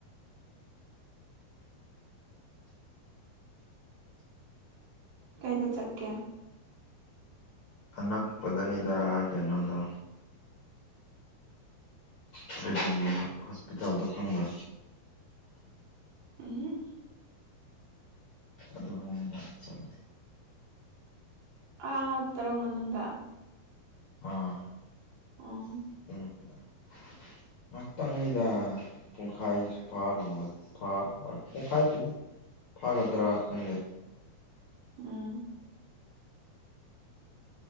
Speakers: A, on the right; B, on the left.
A: ꯀꯥꯏꯗ ꯆꯠꯀꯦ
B: ꯑꯅꯛꯄꯗꯅꯤꯗ ꯀꯩꯅꯣꯗꯣ <unintelligible> ꯍꯣꯁꯄꯤꯇꯥꯜꯗꯣ ꯈꯪꯕ꯭ꯔꯥ
A: ꯎꯝꯍꯨꯝ
B: ꯑꯗꯨꯒꯨꯝꯗ ꯆꯠꯂꯦ
A: ꯑꯥ ꯇꯔꯨꯡ ꯃꯅꯨꯡꯗ
B: ꯑꯥ <unintelligible>
A: ꯎꯝ
B: ꯉꯥꯛꯇꯪꯅꯤꯗ ꯄꯨꯡꯈꯥꯏꯁꯨ ꯐꯥꯔꯝꯃꯣꯏ ꯐꯥ <unintelligible> ꯄꯨꯡꯈꯥꯏꯕꯨꯗꯤ ꯐꯥꯒꯗ꯭ꯔꯥ ꯈꯪꯗꯦ
A: ꯎꯝ